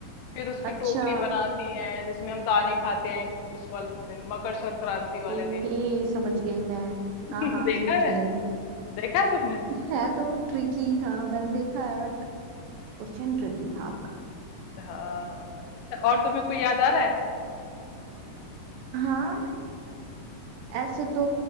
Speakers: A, on the left; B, on the right.
A: फिर उसकी
B: अच्छा
A: टोकरी बनाती हैं जिसमें हम दाने खाते हैं उस वाले दिन मकर संक्रांति वाले
B: ओके
A: दिन
B: समझ गई मैं
A: <laughs>
B: हाँ हाँ
A: देखा
B: समझ
A: है
B: गई मैं
A: देखा है तुमने
B: है तो ट्रिकी था मैंने देखा है बट क्वेश्चन ट्रिकी था आपका
A: हाँ हाँ हाँ। अच्छा और तुम्हें कोई याद आ रहा है
B: हाँ ऐसे तो